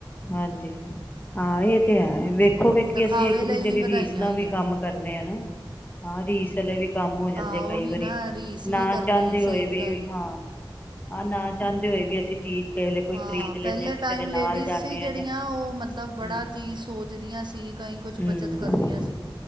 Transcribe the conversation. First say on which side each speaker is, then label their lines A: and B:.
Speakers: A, on the left (about 20°); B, on the right (about 60°).
A: ਹਾਂਜੀ, ਹਾਂ ਇਹ ਤੇ ਹੈ ਵੇਖੋ ਵੇਖੀ
B: ਦਿਖਾਵੇ
A: ਅਸੀਂ ਇੱਕ
B: ਲਈ
A: ਦੂਜੇ
B: ਵੀ
A: ਦੀ
B: ਵਧਾਈਆਂ
A: ਰੀਸ ਨਾ
B: ਹੋਈਆਂ
A: ਵੀ ਕੰਮ
B: ਨੇ
A: ਕਰਨੇ ਆ ਨਾ ਹਾਂ ਰੀਸ ਚਲ ਏਵੀ। ਕੰਮ ਹੋ ਜਾਂਦੇ
B: ਹਾਂ ਉਹੀ
A: ਕਈ ਵਾਰੀ,
B: ਨਾ ਰੀਸ
A: ਨਾ
B: ਵੀ ਕਰਨੀ
A: ਚਾਹੁੰਦੇ
B: ਹੈ ਸਹੀ
A: ਹੋਏ ਵੀ
B: ਗੱਲ
A: ਹਾਂ।
B: ਹੈ
A: ਆਂ ਨਾ ਚਾਹੁੰਦੇ ਹੋਏ ਵੀ ਅਸੀਂ ਚੀਜ਼ ਕਿਸੇ ਵੇਲੇ ਕੋਈ
B: ਹਾਂ
A: ਖਰੀਦ ਲੈਂਦੇ
B: ਪਹਿਲੇ
A: ਹਾਂ ਕਿਸੇ
B: ਟਾਈਮ
A: ਦੇ ਨਾਲ
B: ਲੇਡੀਜ਼
A: ਜਾਂਦੇ
B: ਸੀ ਜੇੜੀਆਂ
A: ਹਾਂ ਜਾਂ
B: ਉਹ ਮਤਲਬ ਬੜਾ
A: ਹੂੰ
B: ਚੀਜ਼ ਸੋਚਦੀਆਂ ਸੀ, ਕਈ ਕੁਛ
A: ਹੂੰ
B: ਬੱਚਤ ਕਰਦੀਆਂ ਸੀ।